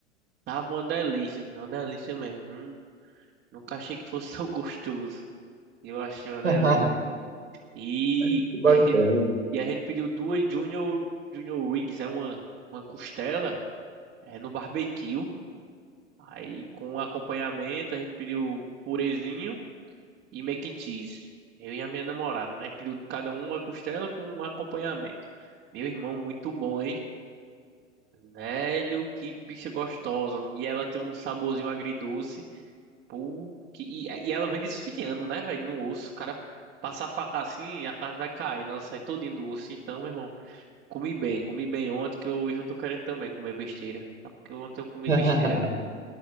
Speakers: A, on the right (about 30°); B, on the right (about 85°).
A: Tava uma delícia, viu? uma delícia mesmo. Hum, nunca achei que fosse tão <laughs> gostoso. Eu achei uma delícia.
B: <laughs>
A: E,
B: que bacana.
A: e a gente, e a gente pediu duas Junior, Junior Rigs, é uma, uma costela, é no barbecue. Aí com acompanhamento a gente pediu purezinho. e mac and cheese. Eu e a minha namorada, né? Pediu cada um uma costela com um acompanhamento. Meu irmão, muito bom, hein? Velho, que bicha gostosa. E ela tem um saborzinho agridoce. Pô, que... e, e ela vem desfiando, né, velho? No osso. O cara passa a faca assim e a carne vai caindo. Ela sai todinha do osso. Então, meu irmão, comi bem. Comi bem ontem, que hoje eu tô querendo também comer besteira. É porque ontem eu comi
B: <laughs>
A: besteira.